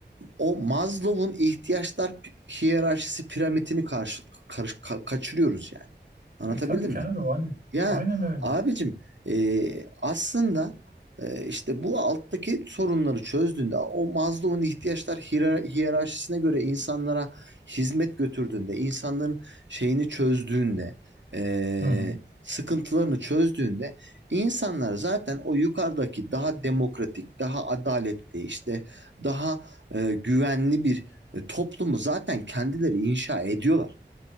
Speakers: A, on the right; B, on the right.
A: o Maslow'un ihtiyaçlar hiyerarşisi piramitini karşı, karış- ka- kaçırıyoruz yani. Anlatabildim
B: E, tabii ki
A: mi?
B: abi hani
A: Ya
B: aynen öyle.
A: abicim e, aslında e, işte bu alttaki sorunları çözdüğünde o Maslow'un ihtiyaçlar hiyer- hiyerarşisine göre insanlara hizmet götürdüğünde insanların şeyini çözdüğünde e,
B: Hı hı.
A: sıkıntılarını çözdüğünde insanlar zaten o yukarıdaki daha demokratik daha adaletli işte daha e, güvenli bir e, toplumu zaten kendileri inşa ediyorlar.